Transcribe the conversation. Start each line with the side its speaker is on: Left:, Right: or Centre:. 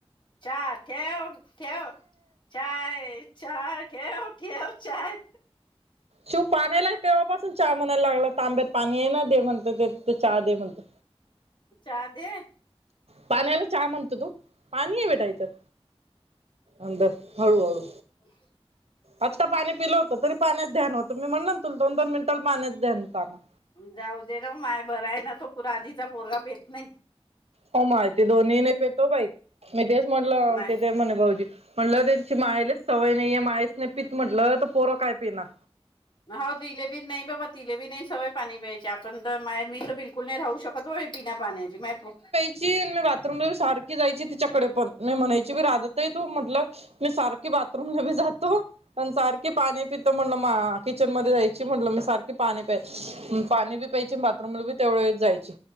Left: चा ठेव. ठेव. चाय. चाय ठेव. ठेव चाय.
Right: चिऊ पाण्याला तेव्हापासून चहा म्हनायला लागला. तांब्यात पाणी ये ना दे म्हणतो ते. ते चा दे म्हणतो.
Left: चा दे.
Right: पाण्याला चहा म्हणतो तू? पाणी हए बेटा ह्याच्यात. अंदर हळू हळू.
Left: <unintelligible>
Right: आत्ता पाणी पिलं होतं, तरी पाण्यात ध्यान होतं. मी म्हणल ना तुला दोन- दोन मिनटला पाण्यात ध्यान हुत आम्हा.
Left: जाऊ दे ना माय, बराय ना तो पूरा आधीचा पोरगा पेत नाही.
Right: हो माय ते दोन्ही नय पेतो बाई, मी तेच म्हटलं
Left: नाही.
Right: तेथे म्हणे भाऊजी. म्हटलं त्यांची मायलेच सवय नाहीय मायस नाही पित म्हंटलं, तर पोरं काय पिणार.
Left: हो तिलेबी नाही बाबा तिलेबी नाही सवय पाणी प्यायची, आपण तर माय मी तर बिलकुल नाही राहू शकत. कधोळी बिना पाण्याची माय पो.
Right: ची मी बाथरूम सारखी जायची तिच्याकडे पण, मी म्हणायची राधत तू म्हटलं. मी सारखी बाथरूमला भी जातो. पण सारखी पाणी पितो म्हणलं म्हा, किचन मध्ये जायची म्हणल मी सारख कि पाणी प्याय, पाणी बी प्यायचे बाथरूमला बी तेवढया वेळ जायचे.